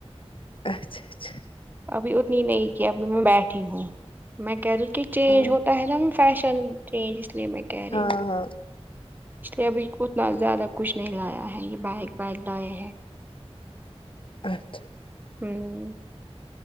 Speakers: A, on the left (about 55°); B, on the right (about 15°).
A: اچھا اچھا
B: ابھی اتنی نہیں کیا ابھی میں بیٹھی ہوں میں کہہ رہی کہ چینج
A: ہاں
B: ہوتا ہے نہ فیشن چینج اس لیے میں کہہ رہی
A: ہاں
B: ہوں
A: ہاں
B: اس لیے ابھی اتنا زیادہ کچھ نہیں لایا ہے یہ بائک بائک لائے ہیں
A: اچھا
B: ہوں